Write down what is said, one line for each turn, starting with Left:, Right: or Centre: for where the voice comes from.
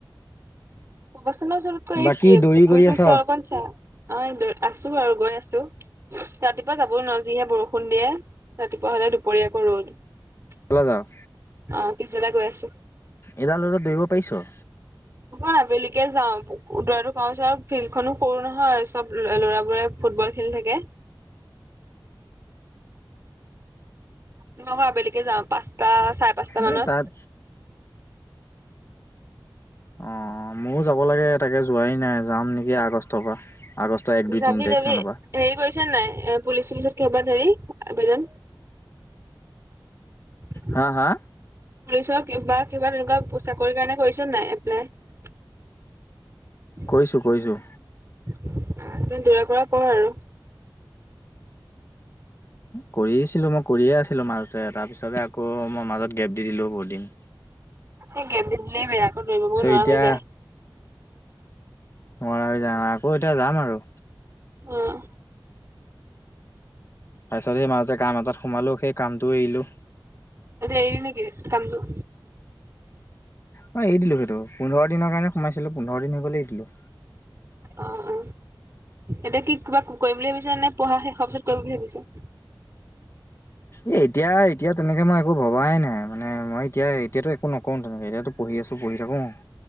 Right: কবৰস্থানৰ ওচৰত এই
Left: বাকী দৌৰি
Right: পুখুৰীটোৰ
Left: কৰি আছ
Right: ওচৰত অকণ চা। অ', <unintelligible> আছো আৰু গৈ আছো। ৰাতিপুৱা যাবই নোৱাৰো যিহে বৰষুণ দিয়ে, ৰাতিপুৱা হ'লে দুপৰীয়া আকৌ ৰ'দ।
Left: ব'লা যাওঁ।
Right: অ', পিছবেলা গৈ আছোঁ।
Left: এডাল ৰ'দত দৌৰিব পাৰিছোঁ?
Right: মই বেলিকে যাওঁ, দৌৰাটো <unintelligible> ফিল্ড খনো সৰু নহয় চ'ব ল'ৰাবোৰে ফুটবল খেলি থাকে। <unintelligible> মই আবেলিকে যাওঁ, পাঁচটা চাৰে পাঁচটা মানত।
Left: এ তাত অ', মইও যাব লাগে তাকে যোৱাই নাই যাম নেকি আগষ্টৰ পৰা। আগষ্টৰ এক দুই
Right: যাবি,
Left: তিনি তাৰিখ
Right: যাবি
Left: মানৰ পৰা
Right: হেৰি কৰিছ নাই, এ, পুলিচ-চুলিচত কিহবাত হেৰি, আবেদন? পুলিচৰ
Left: হা হা
Right: বা কিবা তেনেকুৱা চাকৰি কাৰণে কৰিছে নাই এপ্লাই? <inaudible>
Left: কৰিছোঁ, কৰিছোঁ।
Right: আ, ত দৌৰা-কৰা কৰ আৰু।
Left: কৰিছিলো মই, কৰিয়ে আছিলো মাজতে তাৰ পিছতে আকৌ মই মাজত গেপ দি দিলোঁ বহুত দিন।
Right: এই গেপ দি দিলেই বেয়া আকৌ দৌৰিব কৰিব নোৱাৰা
Left: এতিয়া
Right: হৈ যায়
Left: <unintelligible> যাম আকৌ এতিয়া যাম আৰু।
Right: অ'।
Left: তাৰ পিছত এই মাজতে কাম এটাত সোমালো, সেই কামটো এৰিলো।
Right: সেইটো এৰিলি নেকি কামটো?
Left: হয় এই দিলোঁ সেইটো, পোন্ধৰ দিনৰ কাৰণে সোমাইছিলোঁ পোন্ধৰ দিন হৈ গ'ল এৰি দিলোঁ।
Right: অ, অ, এতিয়া কি কিবা কৰিম বুলি ভাবিছ নে, পঢ়া শেষ হোৱাৰ পিছত কৰিম বুলি ভাবিছাঁ।
Left: এই এতিয়া, এতিয়া তেনেকে মই একো ভবাই নাই, মানে মই এতিয়া এতিয়াতো একো নকওঁ তেনেকে, এতিয়াতো পঢ়ি আছোঁ, পঢ়ি থাকোঁ।